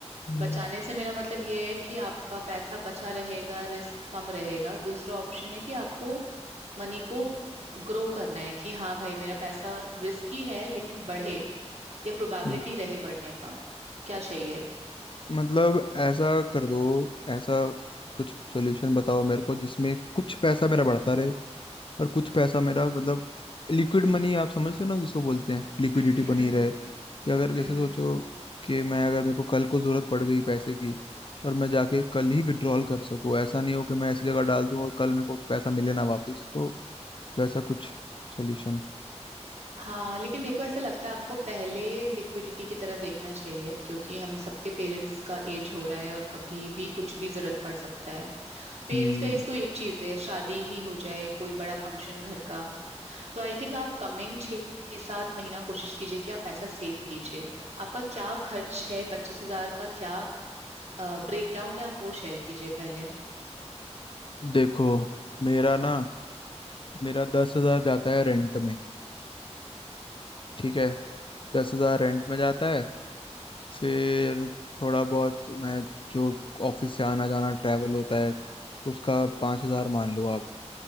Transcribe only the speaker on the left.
हम्म,
हम्म।
मतलब ऐसा कर दो ऐसा कुछ सॉल्यूशन बताओ मेरे को जिसमें कुछ पैसा मेरा बढ़ता रहे और कुछ पैसा मेरा मतलब लिक्विड मनी आप समझते हो ना जिसको बोलते हैं
लिक्विडिटी
बनी
रहे
कि अगर जैसे
सोचो
कि मैं अगर मेरे को कल को जरूरत पड़ गई पैसे की और मैं जाके कल ही विड्रॉल कर सकूं ऐसा नहीं हो कि मैं ऐसी जगह डाल दूं और कल मेरे को पैसा मिले ना वापस तो वैसा कुछ सॉल्यूशन
हम्म
देखो मेरा ना मेरा दस हजार जाता है रेंट में ठीक है दस हजार रेंट में जाता है फिर थोड़ा बहुत मैं जो ऑफिस से आना जाना ट्रैवल होता है उसका पाँच हज़ार मान लो आप